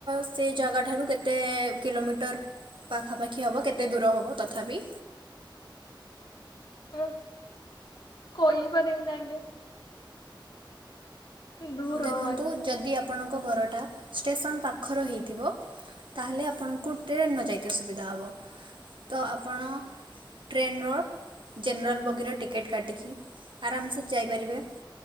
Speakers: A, on the right; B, on the left.
A: ସେ ଜାଗାଠାରୁ କେତେ କିଲୋମିଟର? ପାଖାପାଖି ହବ କେତେ ଦୂର ହେବ ତଥାପି
B: ଓ କହିପାରିବିନି ଆଜ୍ଞା। ଦୂର
A: ଦେଖନ୍ତୁ
B: ହବ ଆଜ୍ଞା
A: ଯଦି ଆପଣଙ୍କ ଘରଟା ଷ୍ଟେସନ ପାଖର ହେଇଥିବ ତାହେଲେ ଆପଣଙ୍କୁ ଟ୍ରେନ ନ ଯାଇତେ ସୁବିଧା ହବ। ତ ଆପଣ ଟ୍ରେନର ଜେନେରାଲ୍ ବଗିର ଟିକେଟ୍ କାଟିକି ଆରାମସେ ଯାଇପାରିବେ।